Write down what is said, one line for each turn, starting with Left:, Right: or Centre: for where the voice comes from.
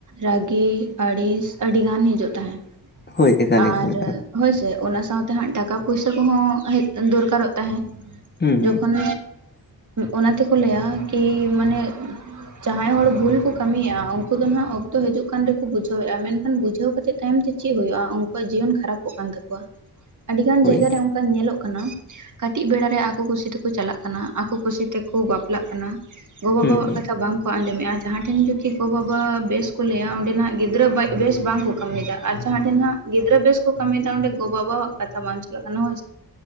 Right: ᱨᱟᱹᱜᱤ ᱟᱹᱲᱤᱥ ᱟᱹᱰᱤ ᱜᱟᱱ ᱦᱤᱡᱩᱜ ᱛᱟᱦᱮᱸᱜ
Left: ᱦᱳᱭ ᱮᱠᱟᱞ
Right: ᱟᱨ
Left: ᱮᱠᱟᱞ ᱮᱠᱟᱞ
Right: ᱦᱳᱭ ᱥᱮ ᱚᱱᱟ ᱥᱟᱶᱛᱮ ᱦᱟᱸᱜ ᱴᱟᱠᱟ ᱯᱩᱭᱥᱟᱹ ᱠᱚᱦᱚᱸ ᱫᱚᱨᱠᱟᱨᱚᱜ ᱛᱟᱦᱮᱸ
Left: ᱦᱩᱸ ᱦᱩᱸ
Right: ᱡᱚᱠᱷᱚᱱ ᱚᱱᱟ ᱛᱮᱠᱚ ᱞᱟᱹᱭᱟ ᱠᱤ ᱢᱟᱱᱮ ᱡᱟᱦᱟᱸᱭ ᱦᱚᱲ ᱵᱷᱩᱞ ᱠᱚ ᱠᱟᱹᱢᱤᱭᱮᱫᱼᱟ ᱩᱱᱠᱩ ᱫᱚ ᱱᱟᱦᱟᱜ ᱚᱠᱛᱚ ᱦᱤᱡᱩᱜ ᱠᱟᱱ ᱨᱮᱠᱚ ᱵᱩᱡᱷᱟᱹᱣᱮᱫᱼᱟ ᱢᱮᱱᱠᱷᱟᱱ ᱵᱩᱡᱷᱟᱹᱣ ᱠᱟᱛᱮᱫ ᱛᱟᱭᱚᱢ ᱛᱮ ᱪᱮᱫ ᱦᱩᱭᱩᱜᱼᱟ ᱩᱱᱠᱩᱣᱟᱜ ᱡᱤᱭᱚᱱ ᱠᱷᱟᱨᱟᱯᱚᱜ ᱠᱟᱱ ᱛᱟᱠᱚᱣᱟ ᱟᱹᱰᱤ ᱜᱟᱱ
Left: ᱦᱳᱭ
Right: ᱡᱟᱭᱜᱟ ᱨᱮ᱾ ᱧᱮᱞᱚᱜ ᱠᱟᱱᱟ ᱠᱟᱹᱴᱤᱡ ᱵᱮᱲᱟ ᱨᱮ ᱟᱠᱚ ᱠᱩᱥᱤ ᱛᱮᱠᱚ ᱪᱟᱞᱟᱜ ᱠᱟᱱᱟ ᱟᱠᱚ ᱠᱩᱥᱤ ᱛᱮᱠᱚ ᱵᱟᱯᱞᱟᱜ ᱠᱟᱱᱟ᱾ ᱜᱚᱜᱚᱼᱵᱟᱵᱟᱣᱟᱜ
Left: ᱦᱩᱸ ᱦᱩᱸ
Right: ᱠᱟᱛᱷᱟ ᱵᱟᱝ ᱠᱚ ᱟᱸᱡᱚᱢᱮᱫᱼᱟ ᱡᱟᱦᱟᱸ ᱴᱷᱮᱱ ᱡᱩᱫᱤ ᱜᱚ ᱵᱟᱵᱟ ᱵᱮᱥ ᱠᱚ ᱞᱟᱹᱭᱟ ᱚᱸᱰᱮᱱᱟᱜ ᱜᱤᱫᱽᱨᱟᱹ ᱵᱮᱥ ᱵᱟᱝᱠᱚ ᱠᱟᱹᱢᱤᱭᱮᱫᱟ᱾ ᱟᱨ ᱡᱟᱦᱟᱸ ᱴᱷᱮᱱ ᱦᱟᱸᱜ ᱜᱤᱫᱽᱨᱟᱹ ᱵᱮᱥ ᱠᱟᱹᱢᱤᱭᱮᱫᱟ ᱚᱸᱰᱮ ᱜᱚ ᱵᱟᱵᱟᱣᱟᱜ ᱠᱟᱛᱷᱟ ᱵᱟᱝ ᱪᱟᱞᱟᱜ ᱠᱟᱱᱟ ᱦᱳᱣ